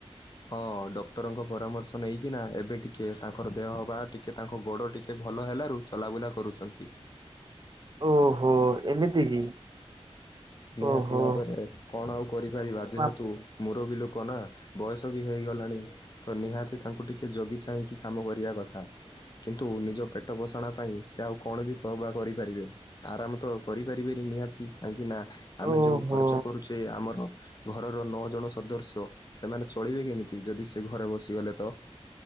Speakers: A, on the left; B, on the right.
A: ହଁ ଡକ୍ଟର୍ ଙ୍କ ପରାମର୍ଶ ନେଇକିନା ଏବେ ଟିକେ ତାଙ୍କର ଦେହ ବା ଟିକେ ତାଙ୍କ ଗୋଡ଼ ଟିକେ ଭଲ ହେଲାରୁ ଚଲାବୁଲା କରୁଛନ୍ତି।
B: ଓହୋ! ଏମିତି କି?
A: ନିହାତି
B: ଓହୋ।
A: ଭାବରେ କଣ ଆଉ କରିପାରିବା, ଯେହେତୁ
B: ବାପ
A: ମୁରବି ଲୋକ ନା, ବୟସ ବି ହେଇଗଲାଣି। ତ ନିହାତି ତାଙ୍କୁ ଟିକେ ଜଗି ଚାହିଁକି କାମ କରିବା କଥା। କିନ୍ତୁ ନିଜ ପେଟ ପୋଷାଣ ପାଇଁ ସେ ଆଉ କଣ ବି କ-ବା କରିପାରିବେ। ଆରାମ ତ କରିପାର ରିବେନି ନିହାତି କାହିଁକି ନା ଆମେ
B: ଓହୋ
A: ଯୋଉ ଖର୍ଚ୍ଚ କରୁଛେ ଆମର ଘରର ନଅ ଜଣ ସଦସ୍ୟ, ସେମାନେ ଚଳିବେ କେମିତି, ଯଦି ସେ ଘରେ ବସିଗଲେ ତ।